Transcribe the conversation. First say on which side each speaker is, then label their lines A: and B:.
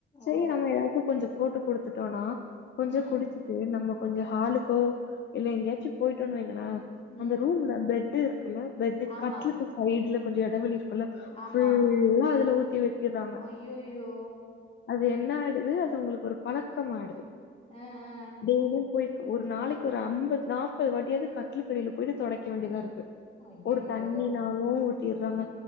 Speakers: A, on the left; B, on the left.
A: செரி
B: ஓ
A: நம்ம எல்லாருக்கு கொஞ்சோ போட்டு குடுத்துட்டோனா கொஞ்சோ
B: ம்
A: குடிச்சிட்டு நம்ம கொஞ்சோ ஹாலுக்கோ இல்ல எங்கேயாச்சு போய்டோன் வைங்களா
B: ம்
A: அந்த ரூம்ல பெட்டு இருக்குல்ல பெட்டு
B: ஆமா
A: கட்லுக்கு சைடுல கொஞ்சோ எடவெளி
B: ஆமா
A: ஃபுல்லா அதுல ஊத்தி வெக்கறாங்க
B: ஐயையோ
A: அது என்ன ஆய்டுது அது உங்களுக்கு ஒரு பழக்கம் ஆய்டுது
B: அ அ
A: டெய்லியு போய் ஒரு நாளைக்கு ஒரு அம்பது நாப்பது வாட்டியாது கட்லுகடில போய்ட்டு தொடைக்க வேண்டிதாருக்கு
B: அ ஐயையோ
A: ஒரு தண்ணினாளு ஊத்திறாங்க